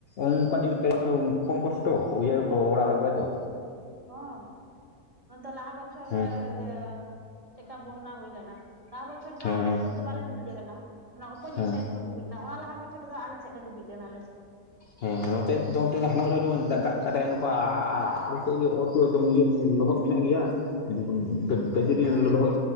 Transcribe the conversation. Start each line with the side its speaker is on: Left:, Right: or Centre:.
Left: ᱚᱱᱠᱟ ᱡᱩᱫᱤ ᱯᱮ ᱛᱚᱵᱮ ᱠᱚᱢ ᱠᱚᱥᱴᱚ ᱩᱭᱦᱟᱹᱨ ᱠᱚ ᱚᱲᱟᱜ ᱚᱲᱟᱜ ᱠᱚᱨᱮ ᱫᱚ
Right: ᱦᱚᱸ ᱦᱚᱜ ᱚᱭ ᱛᱚ ᱞᱟᱦᱟ ᱵᱚᱪᱷᱚᱨ
Left: ᱦᱮᱸ
Right: ᱡᱮ ᱪᱮᱠᱟ ᱵᱚᱱᱱᱟ ᱦᱩᱭ ᱞᱮᱱᱟ ᱞᱟᱦᱟ ᱵᱚᱪᱷᱚᱨ ᱫᱚ
Left: ᱦᱮᱸ
Right: ᱟᱞᱮ
Left: ᱦᱮᱸ
Right: ᱥᱮᱫ ᱫᱚ ᱵᱟᱞᱮ ᱰᱩᱵᱩᱡ ᱠᱟᱱᱟ ᱚᱱᱟ ᱚᱯᱚᱡᱤᱴ
Left: ᱦᱮᱸ
Right: ᱥᱟᱭᱤᱰ ᱠᱚ ᱰᱩᱵᱩᱡ ᱱᱟ ᱚᱱᱟᱞᱟᱦᱟ ᱵᱚᱪᱷᱚᱨ ᱨᱮᱫᱚ ᱟᱞᱮ ᱥᱮᱫᱞᱮ ᱰᱩᱵᱩᱡ ᱞᱮᱱᱟᱞᱮ
Left: ᱦᱮᱸ ᱱᱚᱛᱮ ᱫᱚ ᱦᱟᱱᱟ ᱡᱮᱢᱚᱱ ᱫᱟᱜ ᱠᱟᱫᱟᱭ ᱱᱚᱝᱠᱟ ᱟᱞ ᱚᱛ ᱯᱩᱨᱟ. ᱮᱠᱫᱚᱢ ᱤᱭᱟ. ᱞᱚᱦᱚᱫ ᱢᱮᱱᱟᱜ ᱜᱮᱭᱟ ᱡᱩᱫᱤ ᱵᱚᱱ ᱛᱚ ᱡᱩᱫᱤ
Right: ᱟᱪᱪᱷᱟ
Left: ᱞᱚᱦᱚᱫ